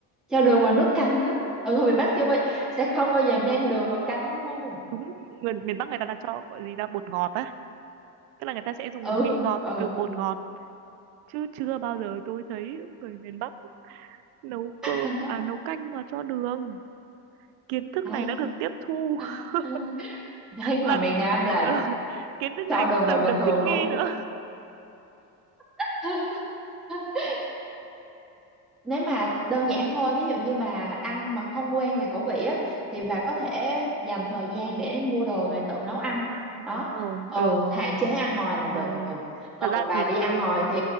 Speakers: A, in the centre; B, on the right (about 75°).
A: cho đường vào nước canh đó ở ngoài miền Bắc chưa bao sẽ không bao giờ nêm đường vào canh đúng không
B: đúng người miền Bắc người ta là cho gọi gì là bột ngọt á tức là người ta sẽ dùng
A: ừ
B: vị ngọt
A: ừ
B: từ bột ngọt chứ chưa bao giờ tôi thấy người miền Bắc nấu cơm
A: <laughs>
B: à nấu canh mà cho đường kiến thức
A: đấy
B: này đã được tiếp thu
A: <laughs>
B: <laughs>
A: đấy ngoài
B: và
A: miền Nam là
B: ờ, kiến thức này
A: cho đường
B: cũng cần
A: vào bình
B: được
A: thường
B: thích nghi
A: luôn
B: nữa
A: <laughs> nếu mà đơn giản thôi ví dụ như bà ăn mà không quen về khẩu vị á thì bà có thể dành thời gian để mua đồ về tự nấu ăn
B: tự nấu ăn
A: đó
B: đúng rồi
A: ừ
B: ừ
A: hạn chế ăn ngoài là
B: ờ,
A: được ừ còn
B: thật ra
A: bà
B: thì
A: đi ăn ngoài thì